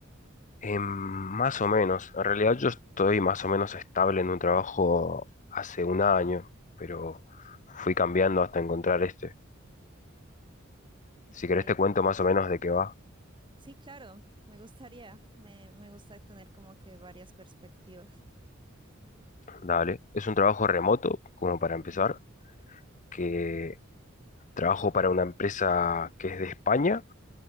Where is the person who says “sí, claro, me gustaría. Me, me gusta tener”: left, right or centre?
Right